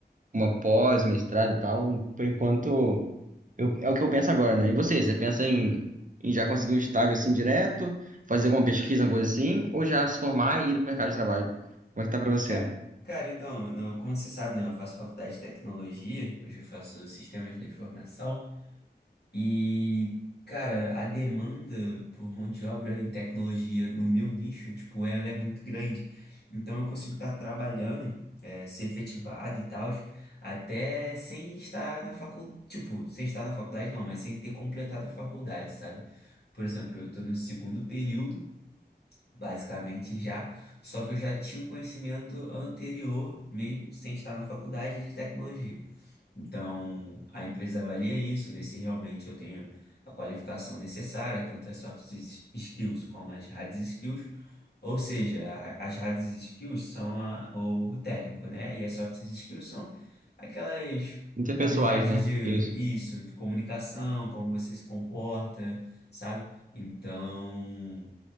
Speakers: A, on the right (about 50°); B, on the left (about 70°).
A: uma pós, mestrado e tal, por enquanto eu- é o que eu penso agora, né? E você, você pensa em, em já conseguir um estágio assim direto, fazer alguma pesquisa, alguma coisa assim, ou já se formar e ir pro mercado de trabalho? Como é que tá pra você?
B: Ca- Cara, então, no- como você sabe, né? Eu faço faculdade de tecnologia, hoje eu faço sistemas da informação. E, cara, a demanda por mão de obra em tecnologia no meu nicho, tipo, ela é muito grande. Então eu consigo estar trabalhando, eh, ser efetivado e tal, até sem estar na faculdade, tipo, sem estar na faculdade não, mas sem ter completado a faculdade, sabe? Por exemplo, eu estou no segundo período, basicamente já, só que eu já tinha um conhecimento anterior, mesmo sem estar na faculdade de tecnologia. Então, a empresa avalia isso, vê se realmente eu tenho a qualificação necessária, tanto as soft s- skills como as hard skills. Ou seja, a- as hard skills são a- o o técnico, né? E as soft skills são aquelas
A: Interpessoais,
B: habilidades
A: né?
B: de
A: Isso.
B: isso, de comunicação, como você se comporta, sabe? Então,